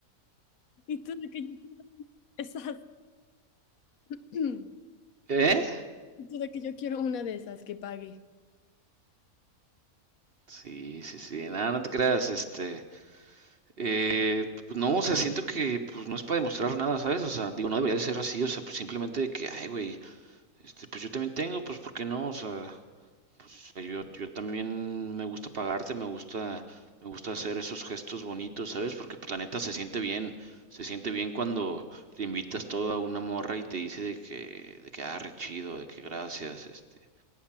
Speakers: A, on the left; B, on the right.
A: Y tú de que yo quiero esas, <clears throat> tú
B: ¿Eh?
A: de que yo quiero una de esas que pague.
B: Sí, sí, sí. Nada, no te creas. Este, eh, pues no, o sea, siento que pues no es para demostrar nada, ¿sabes? O sea, digo, no debería de ser así. O sea, pues simplemente de que, ay, güey, este, pues yo también tengo, pues ¿por qué no? O sea, Pues eh, yo, yo también me gusta pagarte, me gusta, me gusta hacer esos gestos bonitos, ¿sabes? Porque pues la neta se siente bien, se siente bien cuando le invitas todo a una morra y te dice de que, de que, ah, re chido, de que gracias, este.